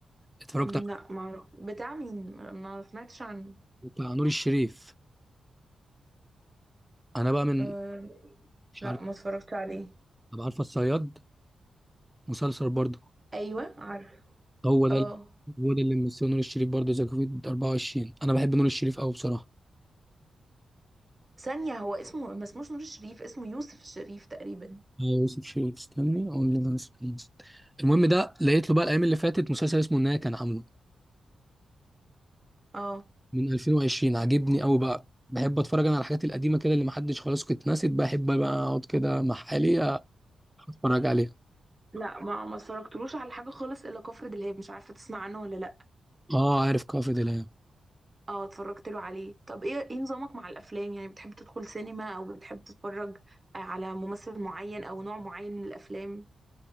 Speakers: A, in the centre; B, on the right (about 25°).
A: اتفرجت
B: م،
A: على
B: لا ما أعرف. بتاع مين ما ما سمعتش عنه
A: بتاع نور الشريف انا بقى من
B: آه
A: مش
B: لا
A: عارف
B: ما اتفرجت عليه
A: طب عارفه الصياد مسلسل برضه
B: ايوه عارف
A: هو ده
B: اه
A: هو ده اللي ممثله نور الشريف برضه ذا كوفيد 24 انا بحب نور الشريف قوي بصراحه
B: ثانية هو اسمه ما اسموش نور الشريف اسمه يوسف الشريف تقريبا
A: آه، يوسف شريف استني اقول لك انا اسمه إيه. المهم ده لقيت له بقى الايام اللي فاتت مسلسل اسمه النهايه كان عامله
B: اه
A: من 2020 عاجبني قوي بقى بحب اتفرج انا على الحاجات القديمه كده اللي محدش خلاص كنت ناسيت بحب بقى اقعد كده مع حالي اتفرج عليها
B: لا ما ما اتفرجتلوش على حاجه خالص الا كفر دلهاب مش عارفه تسمع عنه ولا لا
A: اه عارف كافي دلام
B: اه اتفرجت له عليه طب ايه ايه نظامك مع الافلام يعني بتحب تدخل سينما او بتحب تتفرج آه، على ممثل معين او نوع معين من الافلام